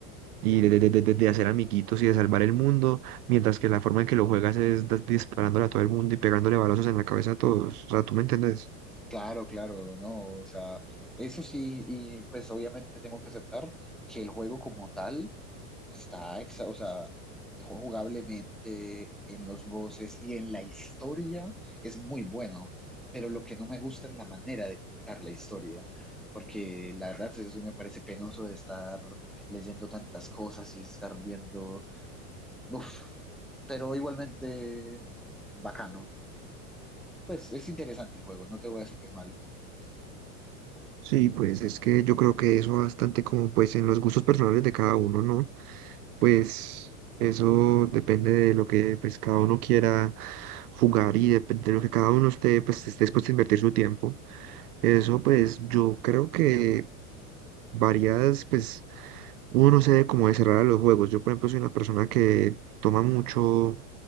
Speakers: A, on the right; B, in the centre.
A: y de, de- de- de- de hacer amiguitos y de salvar el mundo, mientras que la forma en que lo juegas es das- disparándole a todo el mundo y pegándole balazos en la cabeza a todos. O sea, ¿tú me entendés?
B: Claro, claro, no, o sea, eso sí, y pues obviamente tengo que aceptar que el juego como tal está, exa- o sea, jugablemente en los voces y en la historia es muy bueno, pero lo que no me gusta es la manera de contar la historia, porque la verdad eso sí me parece penoso de estar leyendo tantas cosas y estar viendo, uf, pero igualmente bacano. Pues es interesante el juego, no te voy a decir que es malo.
A: Sí, pues es que yo creo que eso bastante como pues en los gustos personales de cada uno, ¿no? Pues eso depende de lo que pues, cada uno quiera jugar y depende de lo que cada uno esté, pues, esté dispuesto a invertir su tiempo. Eso pues yo creo que varias, pues uno no sabe cómo de cerrar a los juegos. Yo por ejemplo soy una persona que toma mucho